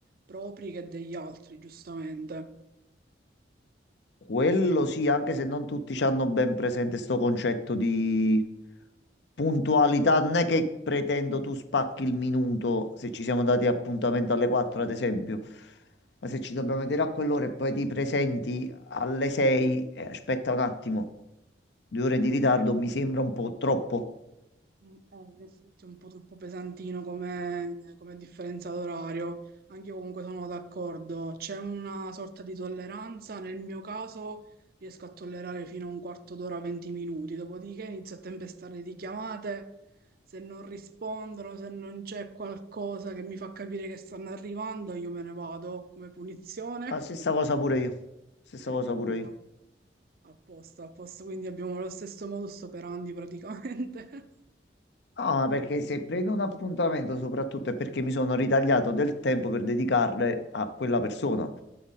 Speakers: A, on the right (about 50°); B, on the left (about 65°).
A: propri che degli altri, giustamente.
B: Quello sì, anche se non tutti ci hanno ben presente sto concetto di puntualità, non è che pretendo tu spacchi il minuto se ci siamo dati appuntamento alle 4, ad esempio, ma se ci dobbiamo vedere a quell'ora e poi ti presenti alle 6, eh, aspetta un attimo, due ore
A: Eh,
B: di ritardo
A: Eh,
B: mi sembra un po' troppo.
A: Mm, eh, in effetti è un po' troppo pesantino come, come differenza d'orario, anche io comunque sono d'accordo, c'è una sorta di tolleranza, nel mio caso riesco a tollerare fino a un quarto d'ora, 20 minuti, dopodiché inizio a tempestare di chiamate, se non rispondono, se non c'è qualcosa che mi fa capire che stanno arrivando, io me ne vado come punizione.
B: La stessa cosa pure io, stessa
A: Ecco,
B: cosa pure
A: bravo,
B: io.
A: a posto, a posto, quindi abbiamo lo stesso modus operandi praticamente. <laughs>
B: No, ma perché se prendo un appuntamento soprattutto è perché mi sono ritagliato del tempo per dedicarle a quella persona.